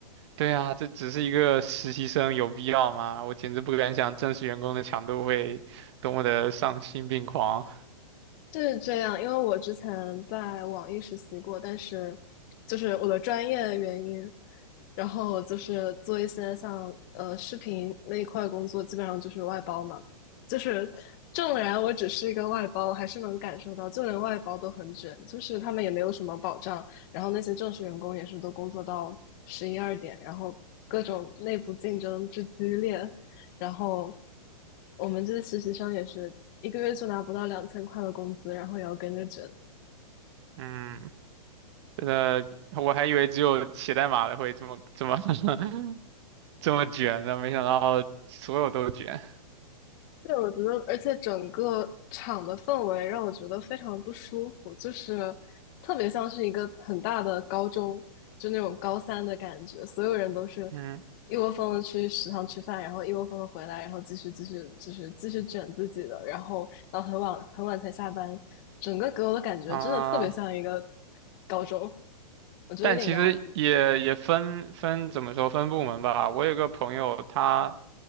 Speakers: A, on the right (about 45°); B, on the left (about 30°).
A: 对啊，这只是一个实习生，有必要吗？我简直不敢想正式员工的强度会多么的丧心病狂。
B: 是这样，因为我之前在网易实习过，但是就是我的专业原因。然后就是做一些像呃视频那一块工作，基本上就是外包嘛。就是纵然我只是一个外包，还是能感受到，就连外包都很卷，就是他们也没有什么保障。然后那些正式员工也是都工作到十一二点，然后各种内部竞争之激烈，然后我们这些实习生也是一个月就拿不到两千块的工资，然后也要跟着卷。
A: 嗯，真的，我还以为只有写代码的会这么这么 <laughs> 这么卷的，没想到所有都卷。
B: 对，我觉得，而且整个场的氛围让我觉得非常不舒服，就是特别像是一个很大的高中，就那种高三的感觉，所有人都是
A: 嗯
B: 一窝蜂的去食堂吃饭，然后一窝蜂的回来，然后继续继续就是继续卷自己的，然后到很晚很晚才下班，整个给我的感觉真的特别像一个
A: 啊，
B: 高中，我觉得有点压抑
A: 但其实也也分分怎么说分部门吧。我有个朋友他。